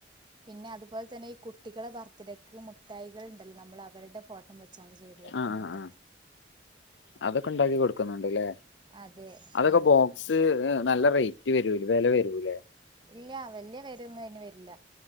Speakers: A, on the right; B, on the left.
A: പിന്നെ അതുപോലെ തന്നെ ഈ കുട്ടികളെ ബർത്ത്ഡേക്ക് മുട്ടായികൾ ഉണ്ടല്ലോ നമ്മൾ അവരുടെ ഫോട്ടം വെച്ചാണ് ചെയ് ചെയ്ത് കൊടുക്കുന്നുണ്ട്
B: ആ ആ ആ അതൊക്കെ ണ്ടാക്കി കൊടുക്കുന്നുണ്ട്ലേ
A: അതെ
B: അതൊക്കെ
A: അങ്ങനെ
B: ബോക്സ് ഇത് നല്ല റെയ്റ്റ് വരൂലെ വെല വരൂലേ
A: ഇല്ല്യാ വല്യ വെലൊന്നും അയ്ന് വര്ല്ല.